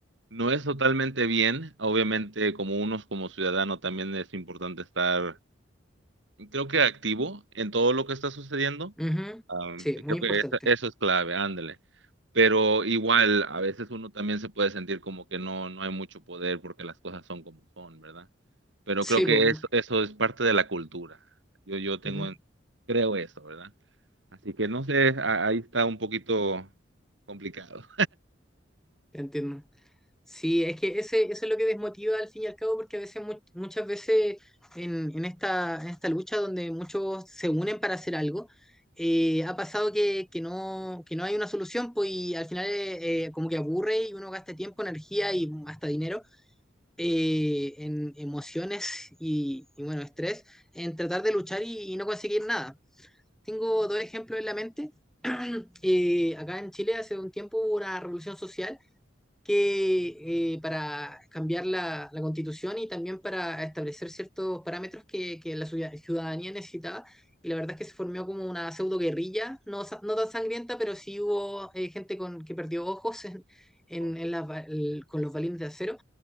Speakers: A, on the right; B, in the centre.
A: no es totalmente bien. Obviamente, como unos como ciudadano, también es importante estar, creo que activo en todo lo que está sucediendo.
B: Ujú,
A: Am,
B: Sí, muy
A: creo
B: importante.
A: que esa- eso es clave, ándale. Pero igual, a veces uno también se puede sentir como que no, no hay mucho poder porque las cosas son como son, ¿verdad? Pero
B: Sí,
A: creo que
B: pues, mu-
A: eso, eso es parte de la cultura. Yo, yo tengo,
B: ujú,
A: en- creo eso, ¿verdad? Así que no sé, a- ahí está un poquito complicado.
B: te entiendo. Sí, es que ese, eso es lo que desmotiva al fin y al cabo, porque a veces, mu- muchas veces en, en esta, en esta lucha donde muchos se unen para hacer algo, eh, ha pasado que, que no, que no hay una solución, pues y al final eh, eh, como que aburre y uno gasta tiempo, energía y hasta dinero eh, en emociones y, y, bueno, estrés en tratar de luchar y y no conseguir nada. Tengo dos ejemplos en la mente. eh, acá en Chile hace un tiempo hubo una revolución social que eh, para cambiar la, la constitución y también para establecer ciertos parámetros que, que la ciudad- ciudadanía necesitaba. Y la verdad es que se formó como una pseudo guerrilla, no, sa- no tan sangrienta, pero sí hubo eh, gente con, que perdió ojos en, en-
A: Ok,
B: en las ba- el- con los balines de acero.